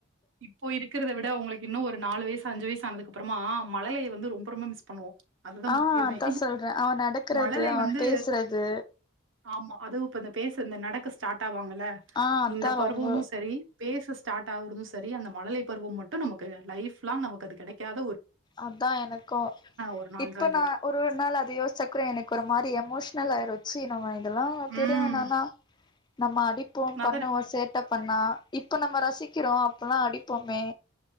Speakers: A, on the right; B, on the left.
A: இப்போ இருக்கிறத விட உங்களுக்கு இன்னும் ஒரு நாலு வயசு அஞ்சு வயஸ் ஆனது அப்புறமா மழலையை வந்து ரொம்ப ரொம்ப மிஸ் பண்ணுவோம் அதுதான்
B: ஆ
A: முக்கியமே
B: அதா சொல்றே அவ நடக்கறது
A: மழலை
B: அவ
A: வந்து
B: பேசுறது
A: ஆமா அதுவும் இப்ப இந்த பேசு இந்த நடக்கு ஸ்டார்ட் ஆவாங்கல்ல
B: ஆ அதா
A: இந்த பருவமும்
B: ரொம்ப
A: சரி பேச ஸ்டார்ட் ஆகுறதும் சரி அந்த மழலை பருவம் மட்டும் நமக்கு லைப்லா் நமக்கு அது கிடைக்காது
B: அதான் எனக்கும்
A: ஒரு நாள்
B: இப்ப
A: தான் எனக்கு.
B: நான் ஒரு ஒரு நாள் அது யோசிச்சக்குற எனக்கு ஒரு மாதிரி எமோஷனல் ஆயிரச்சு நம்ம இதெல்லாம் பெரியவ
A: ம்.
B: நானா நம்ம அடிப்போம்
A: அதானே.
B: பண்ணுவோம் சேட்டை பண்ணா இப்ப நம்ம ரசிச் திக்கிறோம் அப்பல்லாம் அடிப்போமே